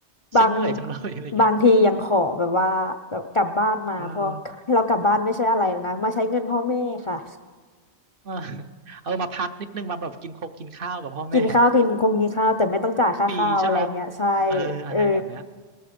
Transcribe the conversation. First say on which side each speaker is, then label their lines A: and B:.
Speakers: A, on the right; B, on the left.
A: <laughs>
B: บาง
A: ฉันเหนื่อยจังเลยอะไรเงี้ย
B: บางทียังขอแบบว่าแบบกลับบ้านมาเพอ
A: เออ
B: เรากลับบ้านไม่ใช่อะไรแล้วนะมาใช้เงินพ่อแม่ค่ะ
A: เออ <laughs> เออมาพักนิดนึงมาแบบกินโคกกินข้าวกับพ่อแม่
B: กินข้าวกินคงกินข้าวแต่ไม่ต้องจ่ายค่าข้าวอะไรเงี้ยใช่
A: ฟรีใช่ไหมเอออะไรแบบเนี้ย
B: เออ